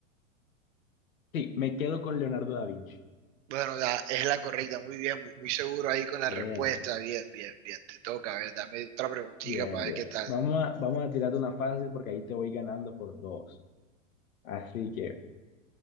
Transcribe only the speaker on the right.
Bueno, da- es la correcta, muy bien, muy, muy seguro ahí con la
respuesta. Bien, bien, bien, te toca. A ver, dame otra preguntita
para
ver qué tal.